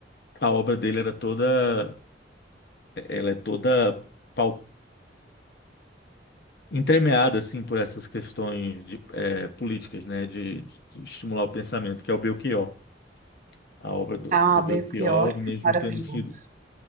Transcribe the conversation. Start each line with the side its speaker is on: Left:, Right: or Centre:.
Left: a obra dele era toda, ela é toda pau- entremeada assim por essas questões de, é, políticas, né, de, de- de estimular o pensamento, que é o Belchior. a obra do,
Right: ah,
Left: do Belchior,
Right: Belchior,
Left: mesmo
Right: maravilhoso.
Left: tendo sido,